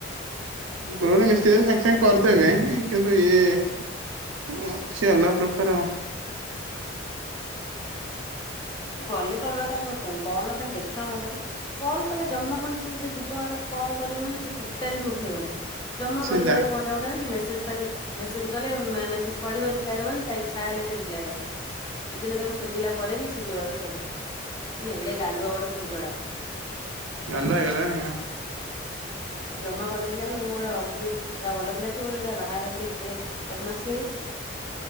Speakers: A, on the right; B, on the left.
A: ଗୋଟେ ଗୋଟେ ମିସ୍ତ୍ରୀ
B: ଏଣେ
A: ସାଙ୍ଗେ
B: ବଦମାସି।
A: ସାଙ୍ଗେ କରିଦେବେ। କିନ୍ତୁ ଇଏ ଅଛି ଅଲଗା ପ୍ରକାର ଆଉ।
B: ଗଲେ ତ ତା କଣ ଖାଲି ଦେଖା ହୁଅନ୍ତା କି। କଲ୍ କଲେ ଜମା ପୁଣି ସେ ଯଦି ଯିବ ତାକୁ କଲ୍ କରିବ ମାନେ ସେ ଟୋଟାଲି ବି ଉଠେଇବନି। ଜମା
A: ସେ
B: ମରିଗଲେ
A: ଯା
B: ବି ଫୋନ ଟା ଉ ବନି ମେସେଜ କଲି ମେସେଜ କଲେ ମେସେଜ ପଢିବ ରିପ୍ଲାଏ ଦବନି ତା ଇଚ୍ଛା ହେଲେ ସେ ରିପ୍ଲାଏ ଦବ। ଏଇ ଦିନେ ତାକୁ ଶୋଧିଲା ପରେ ବି ସେ ଯୋଆକୁ ସେଇଆ, ମାନେ ଏଡେ ଗାଲୁଆ ଗୋଟେ ଖୁଣ୍ଟଡା।
A: ଗାଲୁଆ ହେଇଗଲାଣି ଆଉ।
B: ଜମା ଭଲ ପିଲା ନୁହେଁ ମୁଁ ଏଉଢା ଭାବୁଥିଲି ଏଇଟା ଭଲ ପିଲା ଥିବ ବୋଲି, ଏଇଟା ବାହା ହେଲା ପରେ ଏତେ ବଦମାସ ହେଇଯାଇଛି।